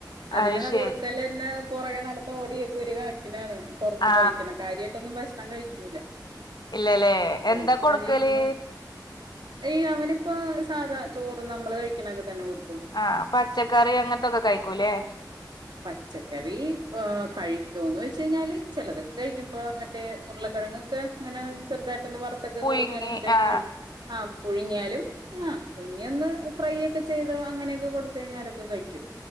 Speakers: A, on the right; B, on the left.
A: അതിനെന്നാ
B: അത് ശരി
A: കൊടുക്കലെന്നെ പൊറകെ നടന്നോടിയൊക്കെ ഒരു കണക്കിനാണ് കൊറച്ച്
B: ആ
A: കഴിക്കണം കാര്യമായിട്ടൊന്നും ഭക്ഷണം കഴിക്കൂല
B: ഇല്ലല്ലേ
A: കഴിച്ചു
B: എന്താ കൊടുക്കല്
A: കഴിയുമ്പോ ഈ അവനിപ്പോ സാധാ ചോറ് നമ്മള് കഴിക്കണൊക്കെത്തെന്നെ കൊടുക്കും
B: അ പച്ചക്കറി അങ്ങനത്തൊക്കെ കഴിക്കൂലേ
A: പച്ചക്കറി കൊ കയി ക്കോന്ന് ച്ച് കയ്ഞ്ഞാല് ചെലതൊക്കെ കഴിക്കും പ്പെ മറ്റ ഉരുളക്കഴങ്ങൊക്കെ ങ്ങനെ ചെറുതായിട്ട ട്ടെന്ന് വറുത്ത്ട്ട്
B: പുഴുങ്ങി
A: കൊടുക്കണെങ്കിലൊക്കെ
B: ആ
A: കഴി ആ പുഴുങ്ങിയാലും ആ പുഴുങ്ങിയ ഒന്ന് ഫ്രൈ ഒക്കെ ചെയ്ത് അങ്ങനെയൊക്കെ കൊടുത്ത് കഴിഞ്ഞാലൊക്കെ കഴിക്കും